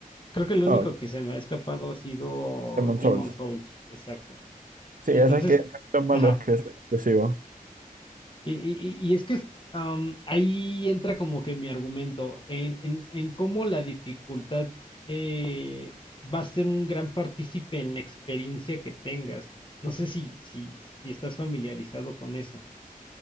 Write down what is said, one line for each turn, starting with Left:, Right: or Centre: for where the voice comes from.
Left: Creo que el único
Right: No,
Left: que se me ha escapado ha sido
Right: Demon
Left: Demon
Right: Souls.
Left: Souls, exacto.
Right: Sí,
Left: Entonces,
Right: esa es que lo malo
Left: ajá.
Right: es que es exclusivo.
Left: Y, y- y es que am, ahí entra como que mi argumento en, en- en cómo la dificultad eh, va a ser un gran partícipe en la experiencia que tengas. No sé si, si, si estás familiarizado con eso.